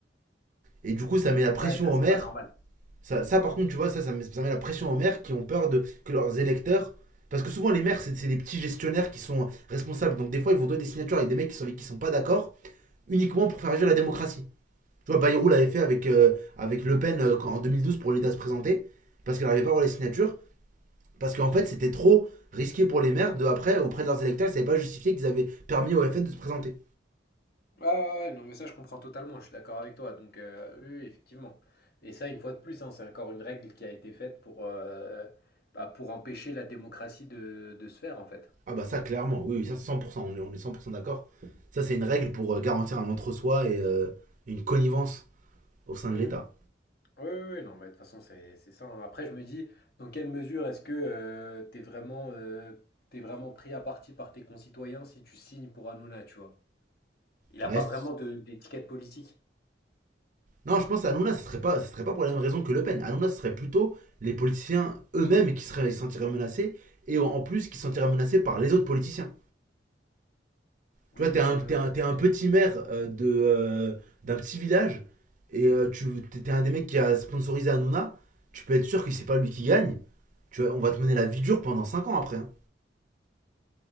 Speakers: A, on the right (about 45°); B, on the left (about 55°).
A: Et du coup, ça met la pression
B: Ouais, ça, c'est
A: aux maires.
B: pas normal.
A: Ça, ça par contre, tu vois, ça, ça met, ça met la pression aux maires qui ont peur de que leurs électeurs. Parce que souvent, les maires, c'est c'est des petits gestionnaires qui sont responsables. Donc, des fois, ils vont donner des signatures avec des mecs qui sont, avec qui sont pas d'accord, uniquement pour faire agir la démocratie. Tu vois, Bayrou l'avait fait avec, euh, avec Le Pen euh, quand- en 2012 pour l'aider à se présenter, parce qu'elle n'arrivait pas à avoir les signatures. Parce qu'en fait, c'était trop risqué pour les maires de, après, auprès de leurs électeurs, ils ne savaient pas justifier qu'ils avaient permis au FN de se présenter.
B: Ouais, ouais, ouais, non, mais ça, je comprends totalement, je suis d'accord avec toi. Donc, euh, oui, oui, effectivement. Et ça, une fois de plus, hein, c'est encore une règle qui a été faite pour, euh, bah, pour empêcher la démocratie de, de se faire, en fait.
A: Ah bah ça, clairement, oui, oui, ça c'est 100%, on est- 100% d'accord. Ça, c'est une règle pour euh, garantir un entre-soi et euh, une connivence au sein
B: Mm.
A: de l'État.
B: Oui, oui, oui, non, mais de toute façon, c'est c'est ça. hein. Après, je me dis, dans quelle mesure est-ce que euh, t'es vraiment, euh, t'es vraiment pris à partie par tes concitoyens si tu signes pour Hanouna, tu vois? Il n'a
A: Ouais.
B: pas vraiment de- d'étiquette politique.
A: Non, je pense à Hanouna, ce ne serait pas, ça serait pas pour la même raison que Le Pen. Hanouna, ce serait plutôt les politiciens eux-mêmes qui seraient, qui se sentiraient menacés et en plus qui se sentiraient menacés par les autres politiciens.
B: Oui,
A: Tu vois, t'es
B: et
A: un,
B: puis
A: t'es
B: même,
A: un, t'es un petit maire euh, de, euh, d'un petit village et euh, tu t'es un des mecs qui a sponsorisé Hanouna. Tu peux être sûr que c'est pas lui qui gagne. Tu vois, on va te mener la vie dure pendant 5 ans après. hein.